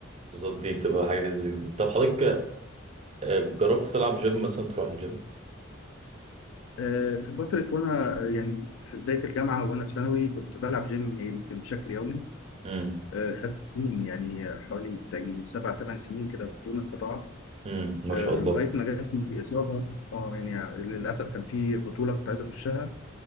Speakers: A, on the right; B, on the left.
A: بالظبط دي بتبقى حاجة زي كده طب حضرتك آه، جربت تلعب جيم مثلا تروح الجيم
B: آه، في فترة وأنا آه، يعني في بداية الجامعة وأنا في ثانوي كنت بلعب جيم يمكن بشكل يومي
A: امم
B: آه، خدت سنين يعني حوالي بتاجي سبع ثمان سنين كده بدون انقطاع
A: امم ما
B: آه،
A: شاء الله
B: لغاية ما جاتني إصابة أه يعني للأسف كان في بطولة كنت عايز أخشها